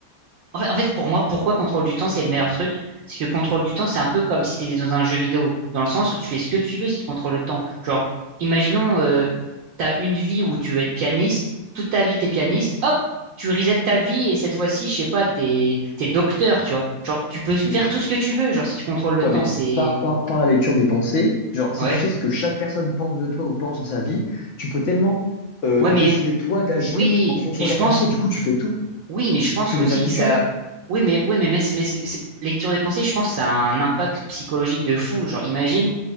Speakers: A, on the right; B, on the left.
A: en fait, en fait, pour moi, pourquoi contrôle du temps, c'est le meilleur truc? C'est que contrôle du temps, c'est un peu comme si tu étais dans un jeu vidéo, dans le sens où tu fais ce que tu veux si tu contrôles le temps. Genre, imaginons, euh, tu as une vie où tu veux être pianiste, toute ta vie, t'es pianiste, hop, tu resets ta vie et cette fois-ci, je sais pas, t'es, t'es docteur, tu vois. Genre, tu peux faire
B: Mais,
A: tout ce que tu veux, genre, si tu contrôles le
B: ouais,
A: temps,
B: mais
A: c'est...
B: par, par, par la lecture des pensées, genre, si
A: Ouais.
B: tu sais ce que chaque personne pense de toi ou pense dans sa vie, tu peux tellement, euh,
A: Ouais, mais
B: décider, toi, d'agir
A: oui,
B: en fonction
A: mais
B: de
A: je
B: leurs
A: pense,
B: pensées. Du coup, tu fais tout.
A: oui, mais je pense
B: Tu
A: aussi
B: deviens qui
A: que
B: tu
A: ça...
B: veux.
A: Oui, mais oui, mais, mais, c'est- mais c'est- c'est- lecture des pensées, je pense que ça a un impact psychologique de fou. Genre, imagine.